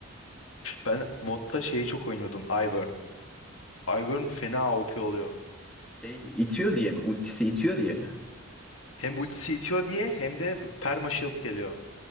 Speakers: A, on the left; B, in the centre.
A: Ben modda şeyi çok oynuyordum. Ivern. Ivern fena OP oluyor.
B: E, itiyor diye mi? Ultisi itiyor diye mi?
A: Hem ultisi itiyor diye hem de perma shield geliyor.